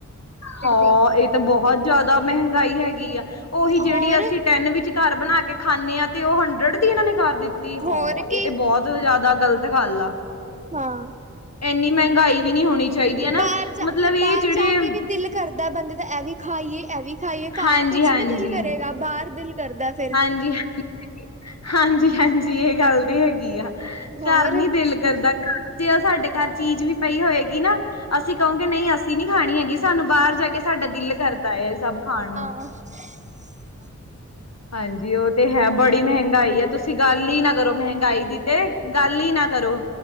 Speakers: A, on the left; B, on the right.
A: ਹਾਅ,
B: ਦੀ
A: ਇਹ ਤਾਂ ਬਹੁਤ ਜ਼ਿਆਦਾ ਮਹਿੰਗਾਈ ਹੈਗੀ ਆ, ਉਹੀ ਜਿਹੜੀ
B: ਹੋਰ
A: ਅਸੀਂ ਟੈਨ ਵਿੱਚ ਘਰ ਬਣਾ ਕੇ ਖਾਂਨੇ ਹਾਂ, ਤੇ ਉਹ ਹੰਡਰਡ ਦੀ ਇਹਨਾਂ ਨੇ ਕਰ ਦਿੱਤੀ, ਹਾਅ,
B: ਹੋਰ
A: ਇਹ
B: ਕੀ
A: ਤੇ ਬਹੁਤ ਬਹੁਤ, ਜ਼ਿਆਦਾ ਗ਼ਲਤ ਗੱਲ ਆ
B: ਹਾਂ
A: ਇੰਨੀ, ਮਹਿੰਗਾਈ ਵੀ ਨਹੀਂ ਹੋਣੀ ਚਾਹੀਦੀ ਹੈ ਨਾ
B: ਬਾਹਰ ਜਾ,
A: ਮਤਲਬ
B: ਫਿਰ
A: ਇਹ
B: ਬਾਹਰ
A: ਜਿਹੜੇ
B: ਜਾ ਕੇ, ਵੀ ਦਿਲ ਕਰਦਾ ਬੰਦੇ ਦਾ, ਇਹ ਵੀ ਖਾਈਏ, ਇਹ ਵੀ ਖਾਈਏ, ਘਰ
A: ਹਾਂਜੀ
B: ਕੁਛ
A: ਹਾਂਜੀ
B: ਨੀ ਦਿਲ ਕਰੇਗਾ, ਬਾਹਰ ਦਿਲ ਕਰਦਾ ਫਿਰ
A: ਹਾਂਜੀ, ਹ, ਹਾਂਜੀ -ਹਾਂਜੀ ਇਹ ਗੱਲ ਤੇ ਹੈਗੀ ਆ।
B: ਹੋਰ
A: ਘਰ ਨੀ ਦਿਲ ਕਰਦਾ, ਘਰ ਜੇ ਸਾਡੇ, ਘਰ ਚੀਜ਼ ਵੀ ਪਈ ਹੋਏਗੀ ਨਾ, ਅਸੀਂ ਕਹੋਂ ਨਹੀਂ, ਅਸੀਂ ਨੀ ਖਾਣੀ ਹੈਗੀ, ਸਾਨੂੰ ਬਾਹਰ ਜਾ ਕੇ ਸਾਡਾ ਦਿਲ ਕਰਦਾ ਹੈ, ਇਹ ਸਭ ਖਾਣ ਨੂੰ।
B: <inaudible>
A: ਹਾਂਜੀ, ਉਹ ਤੇ ਹੈ, ਬੜੀ ਮਹਿੰਗਾਈ ਹੈ, ਤੁਸੀਂ ਗੱਲ ਹੀ ਨਾ, ਕਰੋ ਮਹਿੰਗਾਈ ਦੀ ਤੇ ਗੱਲ ਹੀ ਨਾ ਕਰੋ,